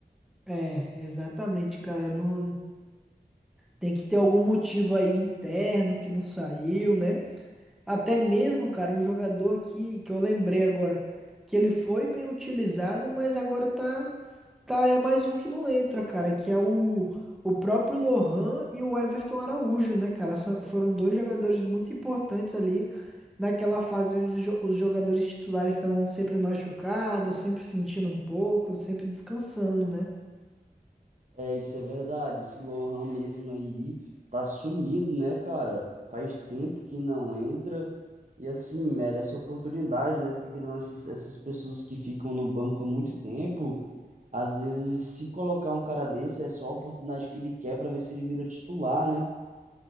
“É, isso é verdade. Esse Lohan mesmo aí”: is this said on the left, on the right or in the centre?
Right